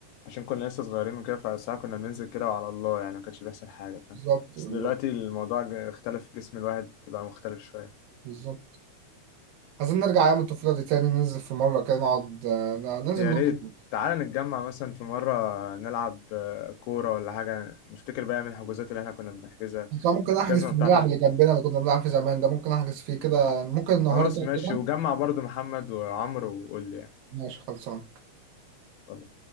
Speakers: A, on the left; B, on the right.
A: عشان كنا لسه صغيرين وكده فالساعة كنا بننزل كده وعلى الله يعني ما كانش بيحصل حاجة
B: بالظبط
A: فاهم بس
B: بالظبط
A: دلوقتي الموضوع ج- اختلف جسم الواحد بقى مختلف شوية
B: بالظبط عايزين نرجع أيام الطفولة دي تاني ننزل في مرة كده نقعد آه، ننزل
A: يا
B: نخرج
A: ريت تعالى نتجمع مثلا في مرة نلعب آه، كورة ولا حاجة نفتكر بقى من الحجوزات اللي احنا كنا بنحجزها
B: بس أنا ممكن أحجز
A: الجزمة
B: في الملعب
A: بتاعتك
B: اللي جنبنا اللي كنا بنلعب فيه زمان ده ممكن أحجز فيه كده ممكن النهاردة
A: خلاص ماشي
B: كده
A: وجمع برضو محمد وعمرو وقول لي
B: ماشي خلصان
A: يعني